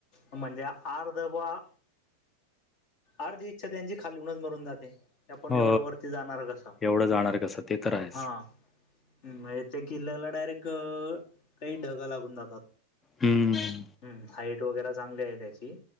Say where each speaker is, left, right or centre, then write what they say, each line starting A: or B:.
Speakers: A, on the left; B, on the left.
A: म्हणजे आर्धवा. अर्धी इच्छा त्यांची खालूनच मरून जाते. आपण
B: हो
A: एवढं वरती जाणार कसं
B: एवढं जाणार कसं ते तर आहेच
A: हा. ह म्हे त्या किल्ल्याला डायरेक्ट काही ढगं लागून जातात.
B: हमं.
A: हम्म हाईट वगैरे चांगली आहे त्याची.